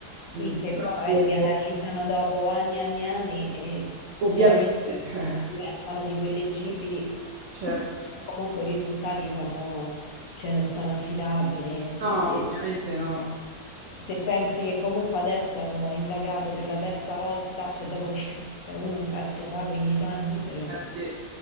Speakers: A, on the left; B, on the right.
A: Sì,
B: Mm,
A: che
B: Troppo,
A: poi magari li analizzano dopo anni e anni e anni e
B: ovviamente,
A: chiaramente
B: <laughs>
A: diventano tipo illeggibili
B: certo.
A: o comunque i risultati sono, cioè, non sono affidabili. Sì,
B: No,
A: sì.
B: ovviamente no.
A: Se pensi che comunque adesso hanno indagato per la terza volta, cioè dopo che <laughs> c'è uno in carcere da 15 anni per,
B: Eh sì,